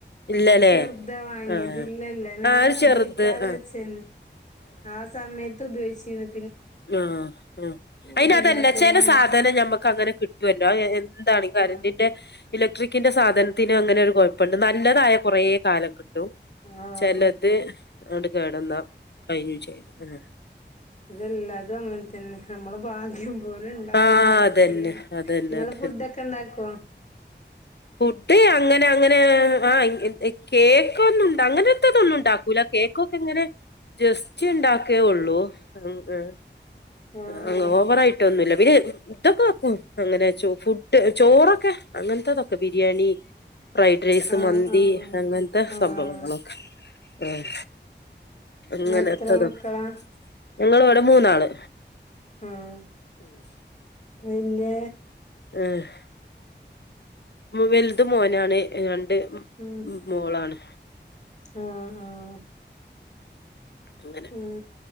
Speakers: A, on the left (about 65°); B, on the left (about 40°).
A: ഇല്ലല്ലേ
B: ചെറുതാ വാങ്ങിയത്
A: ആഹ്
B: ഇല്ലല്ല ഞാനും
A: ആഹ് ഒരു ചെറുത്
B: ഉപയോഗിക്കാതെ
A: ആഹ്
B: വെച്ചേന് ആഹ് സമയത്ത ഉപയോഗിച്ചിരുന്ന്
A: ആഹ് ആഹ് അയിന്
B: ഇതില്ലാത്തോണ്ടാണ്
A: അതല്ല ചില സാധനം ഞമ്മക്ക് അങ്ങനെ കിട്ടുവല്ലോ അത് എന്താണ കറന്റിന്റെ
B: ആഹ്
A: ഇലക്ട്രിക്കിന്റെ സാധനത്തിനും അങ്ങനെയൊരു കുഴപ്പുണ്ട് നല്ലതായ കുറേ കാലം കിട്ടും
B: ആഹ്
A: ചെലത് അവിടെ കെടന്നാ കഴിഞ്ഞും ചെയ്ത് ഉം
B: അതല്ല അതും അങ്ങനെ തന്നെ നമ്മളെ ഭാഗ്യം അത്പോലെ ഇണ്ടാവും
A: ആഹ്
B: നിക്കല്
A: അതന്നെ
B: നിങ്ങള്
A: അതന്നെ അതന്നെ
B: ഫുഡ് ഒക്കെ ഇണ്ടാക്കുവോ
A: ഫുഡ് അങ്ങനെ അങ്ങനെ ആഹ് എ കേക്ക്‌ ഒന്നും ഉണ്ട് അങ്ങനത്തതൊന്നും ഉണ്ടാക്കൂല കേക്കൊക്കെ ഇങ്ങനെ ജസ്റ്റ്‌ ഇണ്ടാക്കേ ഉള്ളൂ ഉം <unintelligible>
B: ആഹ് ആഹ്
A: അങ്ങ് ഓവറായി ട്ട് ഒന്നുമില്ല പിന്നെ ഇതൊക്കെ വെക്കും അങ്ങനെ ചോ ഫുഡ് ചോറൊക്കെ അങ്ങനത്തെതൊ ക്കെ ബിരിയാണി ഫ്രൈഡ്രെയ്‌സ്
B: ആഹ്
A: മന്തി
B: ആഹ്
A: അങ്ങനത്തെ
B: ആഹ്
A: സംഭവങ്ങളൊക്കെ ആഹ് അങ്ങനെത്തതും
B: ഉം എത്ര മക്കളാ
A: ഞങ്ങള് ഇവിടെ മൂന്നാള്
B: ആഹ്
A: <inaudible>
B: വരില്ലേ
A: ആഹ് വലുത് മോനാണ് രൺ ണ്ട്
B: ഉം
A: മോളാണ്
B: ആഹ് ആഹ്
A: അങ്ങനെ
B: ഉം